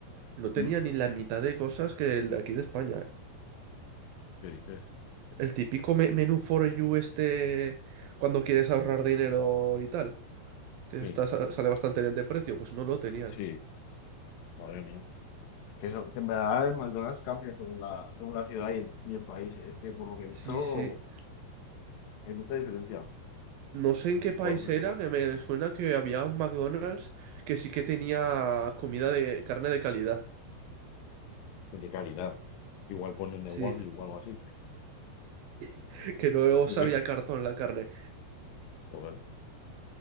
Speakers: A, on the right; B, on the left.
A: no tenía
B: ¿Mm?
A: ni la mitad de cosas que el de aquí de España. ¿eh?
B: ¿Qué dices?
A: El típico me- menú for you este cuando quieres ahorrar dinero y tal, que
B: Sí,
A: está, sa- sale bastante bien de precio, pues no lo tenían.
B: sí, madre mía. Que, eso- que en verdad el McDonald's cambia según la, según la ciudad y el, y el país, ¿eh? Que por lo que he
A: Sí,
B: visto
A: sí.
B: hay mucha diferencia.
A: No sé en qué
B: Pues
A: país
B: pues,
A: era,
B: que voy.
A: que me suena que había un McDonald's que sí que tenía comida de carne de calidad.
B: Que De calidad. Igual ponen de
A: Sí,
B: Wagyu o algo así.
A: <laughs> que no
B: Ok.
A: sabía cartón la carne.
B: Joder.